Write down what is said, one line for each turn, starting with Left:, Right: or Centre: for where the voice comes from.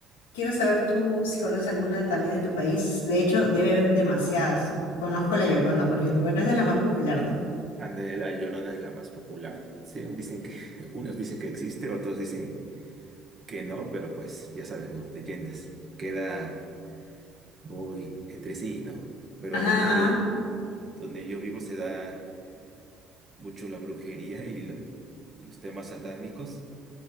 Left: quiero saber tú si conoces alguna también de tu país. De hecho, debe haber demasiadas. Conozco La Llorona, por ejemplo, pero es de la más popular, ¿no?
Right: Anda, la Llorona es la más popular. Sí, dicen que, <laughs> unos dicen que existe, otros dicen que no, pero pues ya sabes, ¿no? Leyendas. Queda muy entre sí, ¿no? Pero
Left: Ajá,
Right: donde
Left: ajá,
Right: yo, donde yo vivo se da. mucho la brujería y lo- los temas satánicos